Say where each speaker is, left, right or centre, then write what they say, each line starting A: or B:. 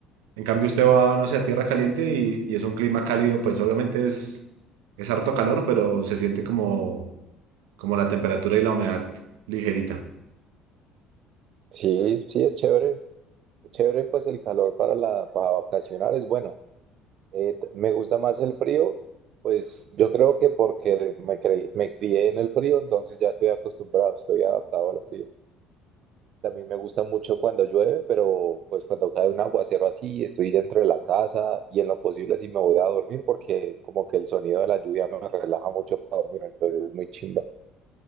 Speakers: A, on the right; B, on the right.
A: En cambio, usted va, no sé, a tierra caliente y, y es un clima cálido, pues obviamente es, es harto calor, pero se siente como, como la temperatura y la humedad ligerita.
B: Sí, sí, es chévere. Es Chévere, pues el calor para la, para vacacionar es bueno. Eh, t- me gusta más el frío, pues yo creo que porque me creí- me crié en el frío, entonces ya estoy acostumbrado, estoy adaptado al frío. También me gusta mucho cuando llueve, pero pues cuando cae un aguacero así, estoy dentro de la casa y en lo posible así me voy a dormir porque como que el sonido de la lluvia me relaja mucho para dormir, entonces es muy chimba.